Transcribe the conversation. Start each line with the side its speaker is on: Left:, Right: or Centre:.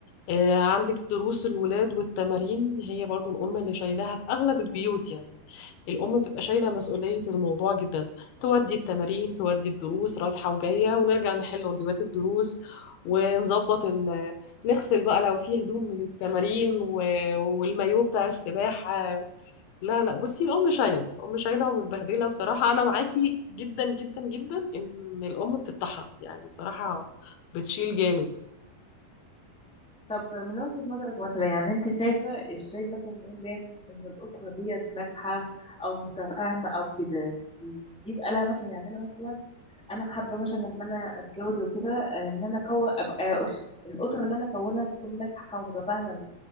Left: آه، عندك دروس الولاد والتمارين هي برضو الأم اللي شايلاها في أغلب البيوت يعني الأم بتبقى شايلة مسؤولية الموضوع جدا تودي التمارين تودي الدروس رايحة وجاية ونرجع نحل واجبات الدروس ونظبط ال... نغسل بقى لو فيه هدوم من التمارين و... والمايو بتاع السباحة لا لا بصي الأم شايلة الأم شايلة ومتبهدلة بصراحة أنا معاكي جدا جدا جدا إن الأم بتتطحن يعني بصراحة بتشيل جامد
Centre: طب من وجهه نظرك مثلا يعني انت شايفه ازاي مثلا نقول ليه ان الاسره ديت ناجحه او متفاهمه او كده يبقى لها مثلا يعني انا مثلا انا حابه مثلا لما انا اتجوز وكده آه، ان انا كو... ابقى أس... الاسره اللي انا اكونها تكون ناجحه ومتفاهمه دي